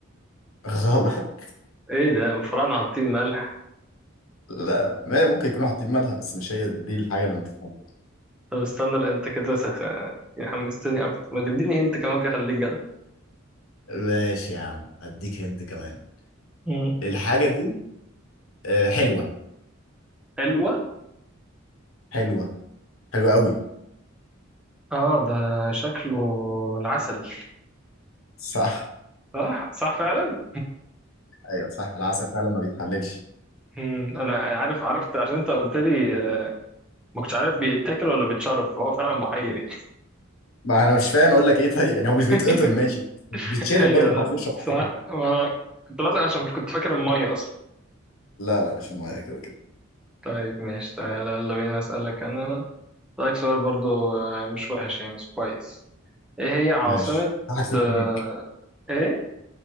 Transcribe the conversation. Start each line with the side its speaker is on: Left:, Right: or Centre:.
Left: غلط
Centre: ايه ده مفران حاطين ملح
Left: لا لا، ما ممكن يكونوا حاطين مالها بس مش هي دي الحاجه اللي ما تتحبش
Centre: طب استنى لا انت كده سخ... يعني حمستني اكتر ما تديني انت كمان كده خليك جدع
Left: ماشي يا عم اديك هنت كمان
Centre: مم.
Left: الحاجه دي آه، حلوه
Centre: حلوة
Left: حلوه حلوه قوي
Centre: اه ده شكله العسل
Left: صح
Centre: صح صح فعلا
Left: ايوه صح العسل فعلا ما بيتحللش
Centre: مم. انا عارف عرفت عشان انت قلت لي آه، ما كنتش عارف بيتاكل ولا بيتشرب فهو فعلا محير يعني
Left: ما انا مش فاهم اقول لك ايه طيب يعني هو مش
Centre: <laughs>
Left: بيتقطم ماشي بيتشرب
Centre: ايوه
Left: برضه محدش بيشرب عسل
Centre: صح وانا كنت بسأل عشان كنت فاكر المية اصلا
Left: لا لا مش المايه كده كده
Centre: طيب ماشي تعالى يلا بينا اسألك انا رأيك سؤال برضو آه، مش وحش يعني كويس ايه هي عاصمة
Left: ماشي واحد صفر
Centre: آه،
Left: ليك
Centre: ايه